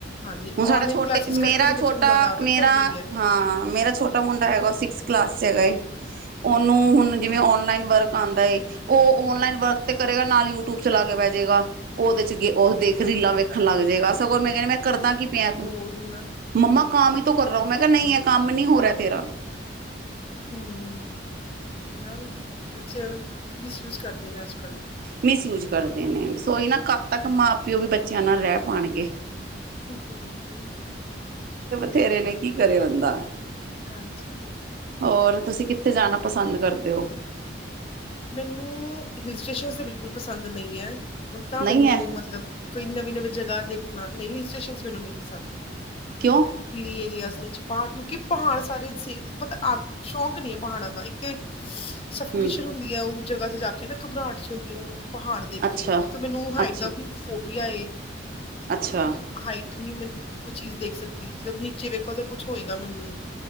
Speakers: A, on the left; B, on the right.
A: ਹਾਂਜੀ।
B: ਹੁਣ ਸਾਡਾ
A: ਔਨਲਾਈਨ
B: ਛੋਟੇ,
A: ਕਲਾਸਿਸ
B: ਮੇਰਾ
A: ਕਰਕੇ ਤੇ
B: ਛੋਟਾ
A: ਬੱਚੇ ਨੂੰ ਜ਼ਿਆਦਾ ਆਦਤ
B: ਮੇਰਾ
A: ਪੈ ਗਈ ਹੈ
B: ਹਾਂ ਮੇਰਾ ਛੋਟਾ ਮੁੰਡਾ ਹੈਗਾ, ਉਹ ਸਿਕਸਥ ਕਲਾਸ ਚ ਹੈਗਾ ਏ। <inaudible> ਉਹਨੂੰ ਹੁਣ ਜਿਵੇਂ ਔਨਲਾਈਨ ਵਰਕ ਆਉਂਦਾ ਏ, ਉਹ ਔਨਲਾਈਨ ਵਰਕ ਤੇ ਕਰੇਗਾ, ਨਾਲ ਯੂ ਟਿਊਬ ਚਲਾਕੇ ਬੈ ਜੇ ਗਾ, ਉਹਦੇ ਚ ਗ ਉਹ ਦੇਖ ਰੀਲਾਂ ਵੇਖਣ ਲੱਗ ਜੇਗਾ, ਸਗੋਂ ਮੈਂ ਕਹਿੰ ਮੈਂ ਕਰਦਾ ਕੀ ਪਿਆ ਏ ਤੂੰ?
A: ਉਹੀ ਨਾ
B: ਮੰਮਾ ਕਾਮ ਹੀ ਤੋ ਕਰ ਰਹਾ
A: ਬਿਲਕੁਲ
B: ਹੂੰ, ਮੈਂ ਕਿਹਾ ਨਹੀਂ
A: ਜੀ
B: ਏਹ ਕੰਮ ਨੀ ਹੋ ਰਿਹਾ ਤੇਰਾ।
A: ਹੂੰ ਨਾ ਬੱਚੇ ਨਾ ਮਿਸਯੂਜ ਕਰਦੇ ਨੇ ਕੱਲ
B: ਮਿਸਯੂਜ ਕਰਦੇ ਨੇ ਸੋਹੀ ਨਾ ਕੱਦ ਤੱਕ
A: ਹਾਂਜੀ
B: ਮਾਂ ਪਿਓ ਵੀ ਬੱਚਿਆਂ ਨਾਲ ਰਹਿ ਪਾਉਣਗੇ।
A: ਬਿਲਕੁਲ-ਬਿਲਕੁਲ,
B: ਤੇੇਰੇ ਨੇ ਕੀ ਕਰੇ ਬੰਦਾ,
A: ਹਾਂਜੀ,
B: ਹੋਰ ਤੁਸੀਂ ਕਿੱਥੇ ਜਾਣਾ ਪਸੰਦ ਕਰਦੇ ਹੋ?
A: ਮੈਨੂੰ ਹਿਲ ਸਟੇਸ਼ਨ ਤੇ ਬਿਲਕੁਲ ਪਸੰਦ ਨਹੀਂ ਹੈ। ਉਦਾਂ
B: ਨਹੀਂ
A: ਮੈਨੂੰ
B: ਹੈ
A: ਮਤਲਬ ਕੋਈ ਨਵੀਂ ਨਵੀਂ ਜਗ੍ਹਾ ਦੇਖਣਾ ਨਹੀਂ ਹਿਲ ਸਟੇਸ਼ਨ ਮੈਨੂੰ ਨਹੀਂ ਪਸੰਦ,
B: ਕਿਉਂ
A: ਹਿਲੀ ੲਰੀਆਸ ਵਿੱਚ ਪਹਾੜ ਕਿਉਂਕਿ ਪਹਾੜ ਸਾਰੇ ਸੇ ਮਤਲਬ ਸ਼ੌਕ ਨੀ ਹੈ ਪਹਾੜਾਂ ਦਾ ਇੱਕ ਤੇ ਸਫੋਕੇਸ਼ਨ,
B: ਹਮ
A: ਹੁੰਦੀ ਉਹ ਜਗ੍ਹਾ ਤੇ ਜਾ ਕੇ ਨਾ ਘਬਰਾਹਟ ਜੀ ਹੁੰਦੀ ਹੈ ਪਹਾੜ ਦੇਖ
B: ਅੱਛਾ
A: ਕੇ ੳੱਤੋਂ ਮੈਨੂੰ ਹਾਈਟ
B: ਅੱਛਾ
A: ਦਾ ਵੀ ਫੋ ਫੋਬੀਆ
B: ਅੱਛਾ
A: ਹਾਈਟ ਨੀ ਮ ਕੋਈ ਚੀਜ਼ ਦੇਖ ਸਕਦੀ ਮਤਲਬ ਨੀਚੇ ਵੇਖੋ ਤਾਂ ਕੁੱਛ ਹੋਏਗਾ ਮੈਨੂੰ